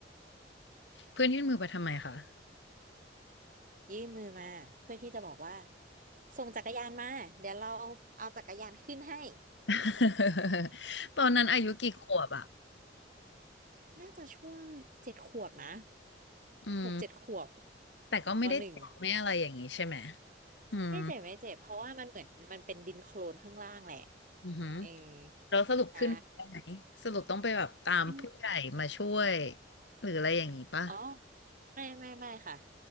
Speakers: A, on the left; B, on the right.
A: เพื่อนยื่นมือไปทำไมคะ
B: ยื่นมือมาเพื่อที่จะบอกว่าส่งจักรยานมาเดี๋ยวเราเอาจักรยานขึ้นให้
A: <laughs> ตอนนั้นอายุกี่ขวบอะ
B: น่าจะช่วงเจ็ดขวบนะ
A: อืม
B: หกเจ็ดขวบ
A: แต่ก็ไม่ได้เจ็บไม่อะไรอย่างนี้ใช่ไหม
B: ปหนึ่ง
A: อืม
B: ไม่เจ็บไม่เจ็บเพราะว่ามันเหมือนมันเป็นดินโคลนข้างล่างแหละ
A: อือหือ
B: เออ
A: เราสรุปขึ้นไปไหนสรุปต้องไปแบบตามผู้ใหญ่มาช่วย
B: ใช่ขึ้น
A: หรืออะไรอย่างนี้ปะ
B: อ๋อไม่ไม่ไม่ค่ะ